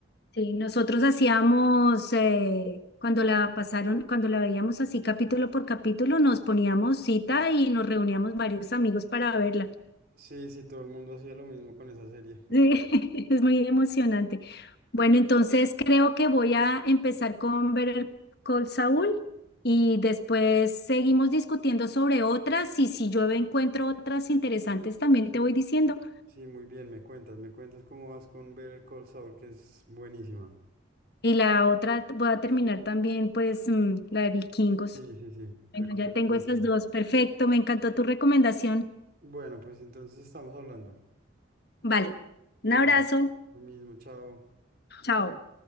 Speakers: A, on the left; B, on the right.
A: sí, nosotros hacíamos, eh, cuando la pasaron, cuando la veíamos así capítulo por capítulo, nos poníamos cita y nos reuníamos varios amigos para verla.
B: sí, sí, todo el mundo hacía lo mismo con esa serie. <laughs>
A: Sí, <laughs> es muy emocionante. Bueno, entonces creo que voy a empezar con Better Call Saul y después seguimos discutiendo sobre otras y si yo encuentro otras interesantes también te voy diciendo.
B: Sí, muy bien, me cuentas, me cuentas cómo vas con ver Call Saul, que es buenísima.
A: Y la otra t- voy a terminar también pues mm, la de Vikingos.
B: Sí, sí, sí,
A: Bueno,
B: recomendadísima.
A: ya tengo esas dos. Perfecto, me encantó tu recomendación.
B: Bueno, pues entonces estamos hablando.
A: Vale,
B: Bueno,
A: un abrazo.
B: lo mismo, chao.
A: Chao.